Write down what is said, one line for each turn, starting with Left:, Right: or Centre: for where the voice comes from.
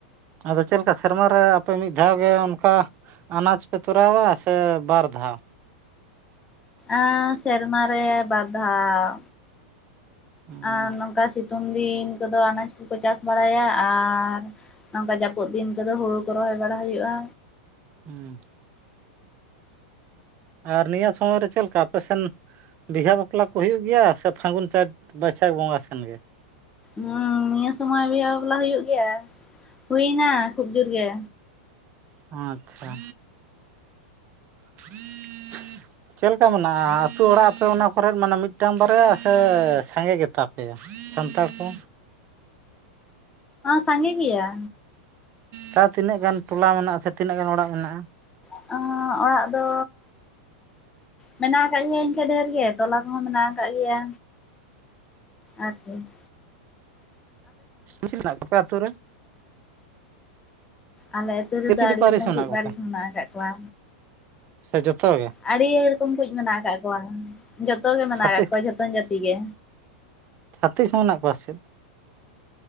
Right: ᱟᱫᱚ ᱪᱮᱫ ᱞᱮᱠᱟ ᱥᱮᱨᱢᱟ ᱨᱮ ᱟᱯᱮ ᱢᱤᱫ ᱫᱷᱟᱣ ᱜᱮ ᱚᱱᱠᱟ ᱟᱱᱟᱡᱽ ᱛᱚᱨᱟᱣ-ᱟ ᱥᱮ ᱵᱟᱨ ᱫᱷᱟᱣ
Left: ᱮᱸ ᱥᱮᱨᱢᱟ ᱨᱮ ᱵᱟᱨ ᱫᱷᱟᱣ
Right: ᱦᱩᱸ
Left: ᱟᱨ ᱱᱚᱝᱠᱟ ᱥᱤᱛᱩᱝ ᱥᱤᱛᱩᱝ ᱫᱤᱱ ᱠᱚᱫᱚ ᱟᱱᱟᱡ ᱠᱚᱠᱚ ᱪᱟᱥ ᱵᱟᱲᱟᱭᱟ ᱟᱨ ᱱᱚᱝᱠᱟ ᱡᱟᱹᱯᱩᱫ ᱫᱤᱱ ᱠᱚᱫᱚ ᱦᱩᱲᱩ ᱠᱚ ᱨᱚᱦᱚᱭ ᱵᱟᱲᱟ ᱦᱩᱭᱩᱜᱼᱟ
Right: ᱦᱩᱸ ᱟᱨ ᱱᱤᱭᱟᱹ ᱥᱚᱢᱚᱭ ᱨᱮ ᱪᱮᱫ ᱞᱮᱠᱟ ᱟᱯᱮᱥᱱ ᱵᱤᱦᱟᱹ ᱵᱟᱯᱞᱟ ᱠᱚ ᱦᱩᱭᱩᱜ ᱜᱮᱭᱟ ᱥᱮ ᱯᱷᱟᱹᱜᱩᱱ ᱪᱟᱸᱛ ᱵᱟᱹᱭᱥᱟᱹᱠᱷ ᱵᱚᱸᱜᱟ ᱥᱮᱱ ᱜᱮ
Left: ᱦᱩᱸ ᱱᱤᱭᱟᱹ ᱥᱚᱢᱚᱭ ᱵᱤᱦ ᱵᱟᱞᱟ ᱦᱩᱭᱩᱜ ᱜᱮᱭᱟ ᱦᱩᱭᱱᱟ ᱠᱷᱩᱵ ᱡᱳᱨ ᱜᱮ
Right: ᱟᱪᱪᱷᱟ <unintelligible> ᱪᱮᱫᱞᱮᱠᱟ ᱢᱮᱱᱟᱜᱼᱟ ᱟᱹᱛᱩᱳ ᱚᱲᱟᱜ ᱟᱯᱮ ᱚᱱᱟ ᱠᱚᱨᱮᱫ ᱢᱟᱱᱮ ᱢᱤᱫᱴᱟᱝ ᱵᱟᱨᱭᱟ ᱥᱮ ᱥᱟᱸᱜᱮ ᱜᱮᱛᱟᱯᱮ ᱥᱟᱱᱛᱟᱲ ᱠᱚ
Left: ᱥᱟᱸᱜᱮ ᱜᱮᱭᱟ
Right: ᱛᱟᱶ ᱛᱤᱱᱟᱹᱜ ᱜᱟᱱ ᱴᱚᱞᱟ ᱢᱮᱱᱟᱜᱼᱟ ᱥᱮ ᱛᱤᱱᱟᱹᱜ ᱜᱟᱱ ᱚᱲᱟᱜ ᱢᱮᱱᱟᱜᱼᱟ
Left: <unintelligible> ᱚᱲᱟᱜ ᱫᱚ ᱢᱮᱱᱟᱜ ᱟᱠᱟᱫ ᱜᱮᱭᱟ ᱤᱱᱠᱟᱹ ᱰᱷᱮᱨ ᱜᱮ ᱴᱚᱞᱟ ᱠᱚᱦᱚᱸ ᱢᱮᱱᱟᱜ ᱟᱠᱟᱫ ᱜᱮᱭᱟ ᱟᱪᱪᱷᱟ <inaudible>
Right: ᱠᱩ <unintelligible> ᱟᱯᱮ ᱟᱹᱛᱩ ᱨᱮ
Left: ᱟᱞᱮ ᱟᱹᱛᱩ ᱨᱮᱫᱚ
Right: ᱪᱤᱞᱤ ᱪᱤᱞᱤ
Left: ᱟᱹᱰᱤ
Right: ᱯᱟᱹᱨᱤᱥ
Left: ᱨᱚᱠᱚᱢ
Right: ᱢᱮᱱᱟᱜ
Left: ᱠᱩ
Right: ᱠᱚᱯᱮ
Left: ᱯᱟᱹᱨᱤᱡ ᱢᱮᱱᱟᱜ ᱟᱠᱟᱫ ᱠᱚᱣᱟ
Right: ᱥᱮ ᱡᱚᱛᱚ ᱜᱮ
Left: ᱟᱹᱰᱤ ᱩᱭᱟ ᱨᱚᱠᱚᱢ ᱠᱚ ᱢᱮᱱᱟᱜ ᱟᱠᱟᱫ ᱠᱚᱣᱟ ᱡᱚᱛᱚ ᱜᱮ ᱢᱮᱱᱟᱜ
Right: ᱪᱷᱟᱹᱛᱤᱠ
Left: ᱟᱠᱟᱫ ᱠᱚᱣᱟ ᱡᱚᱛᱚᱱ ᱡᱟᱹᱛᱤ ᱜᱮ
Right: ᱪᱷᱟᱹᱛᱤᱠ ᱠᱚ ᱢᱮᱱᱟᱜ ᱠᱚᱣᱟ ᱥᱮᱪᱮᱫ